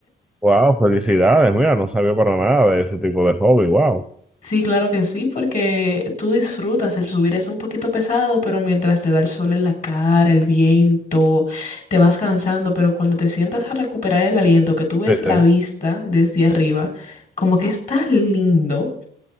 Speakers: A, in the centre; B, on the left.
A: wow, felicidades. Mira, no sabía para nada de ese tipo de hobby. Wow.
B: Sí, claro que sí, porque tú disfrutas el subir. Es un poquito pesado, pero mientras te da el sol en la cara, el viento, te vas cansando, pero cuando te sientas a recuperar el aliento, que tú ves
A: Sí,
B: la
A: sí.
B: vista desde arriba, como que está lindo.